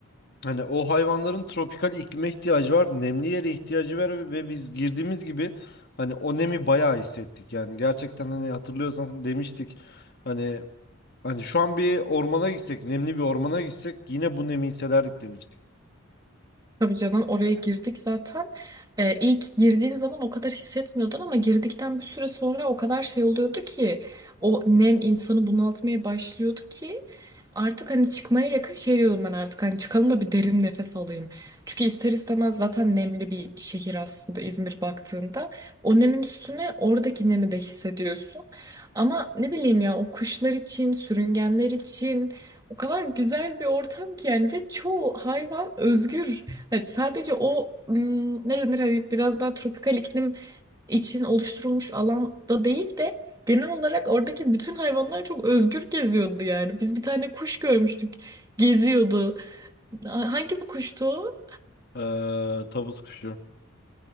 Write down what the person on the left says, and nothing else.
hani o hayvanların tropikal iklime ihtiyacı var, nemli yere ihtiyacı var ve biz girdiğimiz gibi hani o nemi bayağı hissettik. Yani gerçekten hani hatırlıyorsan demiştik hani hani şu an bir ormana gitsek, nemli bir ormana gitsek yine bu nemi hissederdik demiştik.
Ee, tavus kuşu.